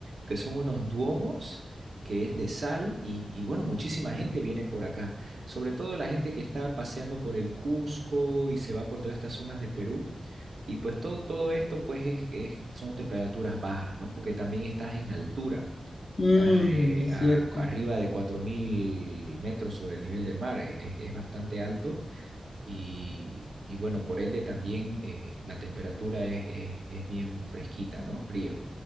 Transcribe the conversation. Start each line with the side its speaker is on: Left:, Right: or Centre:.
Right: que son unos duomos, que es de sal, y, y bueno, muchísima gente viene por acá, sobre todo la gente que está paseando por el Cusco y se va por todas estas zonas de Perú, y pues todo, todo esto pues es, es- son temperaturas bajas, ¿no? Porque también estás en altura,
Left: Mm,
Right: estás eh,
Left: es
Right: a-
Left: cierto.
Right: arriba de 4.000 metros sobre el nivel del mar, es es- es bastante alto y, y bueno, por ende también eh, la temperatura es, es- es bien fresquita, ¿no? Frío.